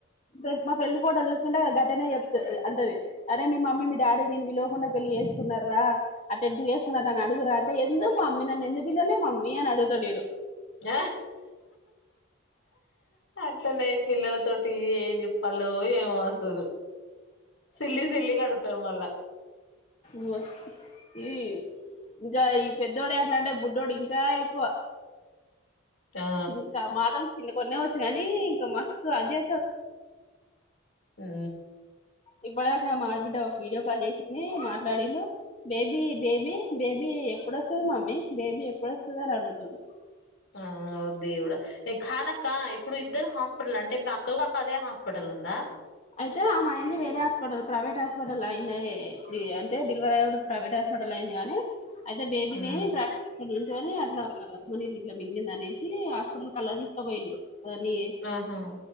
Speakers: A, on the left (about 30°); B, on the left (about 65°).
A: రేపు మా పెళ్లి ఫోటోలు చూసుకుంటే గటనే చెప్ అంటది అరే మీ మమ్మీ మీ డాడీ నిన్ను పిలువకుండా పెళ్లి చేసుకున్నారా అట్లాఎట్లా చేసుకున్నార అని అడుగురా అంటే ఎందుకు మమ్మీ నన్ను ఎందుకు పిలాలే మమ్మీ అని అడుగుతాడు వీడు
B: ఆ అట్లనే ఈ పిల్లల తోటి ఏం చెప్పాలో ఏమో అసలు సిల్లి సిల్లిగా ఆడుగుతారు మళ్ళా
A: వోస్ ఈ ఇంకా ఈ పెద్దోడు ఆన్టంటే బుడ్డోడు ఇంకా ఎక్కువ
B: ఆ
A: చి మాటలు చిన్న కొనేవచ్చు కానీ ఇంకా మస్తు అదే
B: ఉ
A: ఇప్పటిదాకా మా ఆడబిడ్డ వీడియో కాల్ చేసింది మాట్లాడిండు బేబీ బేబీ బేబీ ఎప్పుడొస్తుది మమ్మీ బేబీ ఎప్పుడొస్తుంది అని అడుగుతుండు
B: ఆ అ దేవుడా కానక్క ఇప్పుడు ఇద్దరు హాస్పిటల్ అంటే ఇప్పుడు అక్క కూడా అదే హాస్పిటల్ లో ఉందా
A: అయితే ఆమె అయింది వేరే హాస్పిటల్ ప్రైవేట్ హాస్పిటల్ అయింది అంటే డెలివరీ అయ్యేటప్పుడు ప్రైవేట్ హాస్పిటల్ లో అయింది గాని అయితే బేబీని
B: ఉమ్
A: ప్రైవ అడ ఏంటని అట్లా ఉమ్మనీరు గీట్లా మింగిందనేసి హాస్పిటల్ కి అలా తీసుకోపోయిల్ళు అనీ
B: ఆహా